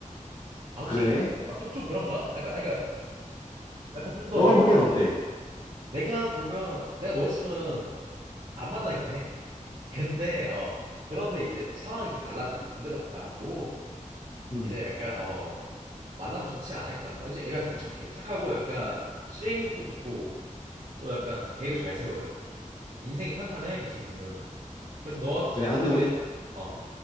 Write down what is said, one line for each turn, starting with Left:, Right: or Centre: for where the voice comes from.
Right: 아 혹시
Left: 그래?
Right: 아 좀 좀 그런가? 약간 아, 그러니까 약간 좀 더
Left: 너가
Right: 얼굴을
Left: 보기엔
Right: 모르
Left: 어때?
Right: 내가 보면 내가 너였으면 안 만나긴 해. 근데 어 그런데 이제 또 상황이 또 달라지고 군대도 갔다 왔고
Left: 응.
Right: 이제 약간 어 만나면 좋지 않을까. 그래서 애가 되게 착해. 착하고 약간 실행력도 좋고 또 약간 계획을 잘 세워요. 인생이 탄탄해 그 친구는. 그래서 너한테 진짜
Left: 그래. 아
Right: 도움이
Left: 근데 우리
Right: 된 어.